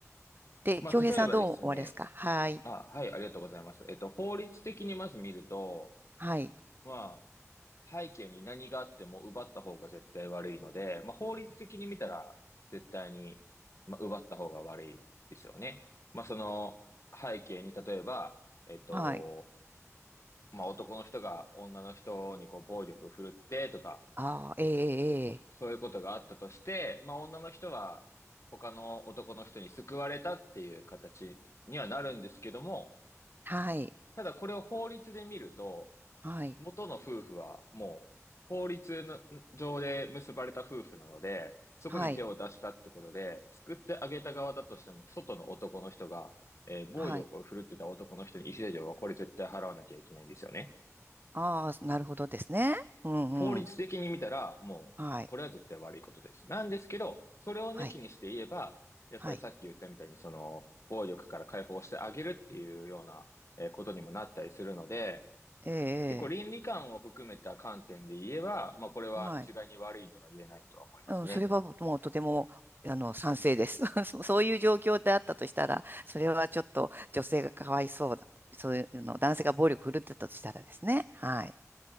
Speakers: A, on the right (about 40°); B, on the left (about 60°).
A: で、
B: まあ、
A: 京平さんどう思われますかはい。
B: 例えばですね、あ、はい、ありがとうございます。えっと、法律的にまず見ると、
A: はい。
B: まあ、背景に何があっても奪った方が絶対悪いので、まあ、法律的に見たら絶対に、まあ、奪った方が悪いですよね。まあ、その背景に例えば、えっと、
A: はい。
B: まあ、男の人が女の人にこう暴力を振るってとか、
A: ああ、ええ、ええ。
B: そういうことがあったとして、まあ、女の人は他の男の人に救われたっていう形にはなるんですけども、
A: はい。
B: ただこれを法律で見ると、
A: はい。
B: 元の夫婦はもう法律の上で結ばれた夫婦なので、そこに手を出したってことで、
A: はい。
B: 救ってあげた側だとしても、外の男の人が、えー暴力を振るってた男の人に慰謝料はこれ絶対払わなきゃいけないんですよね。
A: はい。ああ、なるほどですね。うんうん。
B: 法律的に見たら、もう、
A: はい。
B: これは絶対悪いことです。なんですけど、それを抜きにして言えば、
A: はい。
B: やっぱりさっき言ったみたいに、
A: はい。
B: その、暴力から解放してあげるっていうような、えーことにもなったりするので、
A: ええ、
B: 結構倫理観を含めた観点で言えば、まあこれは一概に悪いとは言えないとは思いますね。
A: ええ。はい。うん、それはもうとても、あの、賛成です。<laughs> そそういう状況であったとしたら、それはちょっと女性がかわいそうだ。そういうの、男性が暴力振るってたとしたらですね。はい。